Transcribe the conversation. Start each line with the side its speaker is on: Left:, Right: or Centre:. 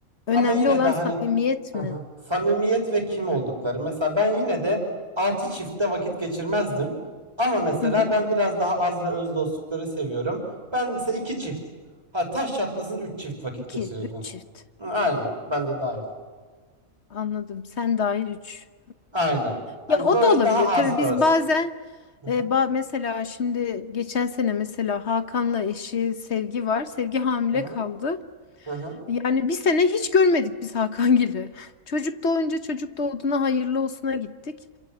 Left: Önemli
Right: Ama yine
Left: olan
Right: de hani
Left: samimiyet
Right: <laughs>
Left: mi?
Right: samimiyet ve kim oldukları. Mesela ben yine de altı çiftte vakit geçirmezdim. Ama mesela
Left: Hı hı.
Right: ben biraz daha az ve öz dostlukları seviyorum. Ben mesela iki çift. Ha taş çatlasın üç çift vakit
Left: İki,
Right: geçirirdim.
Left: üç çift.
Right: Hı, Aynen. Ben de dahil.
Left: Anladım. Sen dahil 3.
Right: Aynen. Hani
Left: Ya o
Right: böyle
Left: da olabilir.
Right: daha az
Left: Tabii
Right: öz.
Left: biz bazen
Right: Aha,
Left: e, ba- mesela şimdi geçen sene mesela Hakan'la eşi Sevgi var. Sevgi hamile
Right: aha,
Left: kaldı.
Right: aha,
Left: Yani bir sene hiç görmedik biz Hakangil'i. <laughs> Çocuk doğunca çocuk doğduğuna hayırlı olsuna gittik.